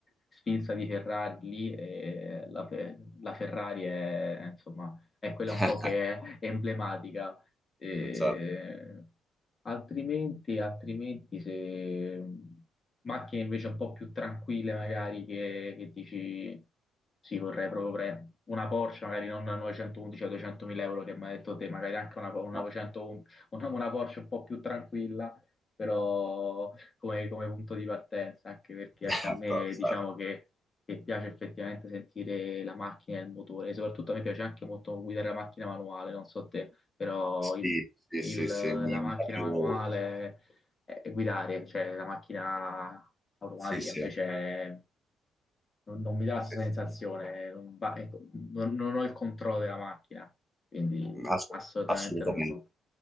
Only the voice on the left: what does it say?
sfilza di Ferrari lì e la, Fe- la Ferrari è è, insomma è quella
un po' che è emblematica. Eh,
altrimenti, altrimenti se macchine invece un po' più tranquille, magari che, che dici sì, vorrei proprio prendere una Porsche, magari non una 911 a 200.000 euro che mi ha detto te, magari anche una, una
900 una, una Porsche un po' più tranquilla, però come, come punto di partenza, anche perché
anche a me diciamo
che che piace effettivamente sentire la macchina e il motore. E soprattutto a me piace anche molto guidare la macchina manuale, non so te, però
il-
il-
la
macchina
manuale è, è guidare, cioè la macchina automatica
invece non, non mi dà la
stessa sensazione, non, va- ecco, non- non ho il controllo della macchina, quindi
assolutamente
non. no.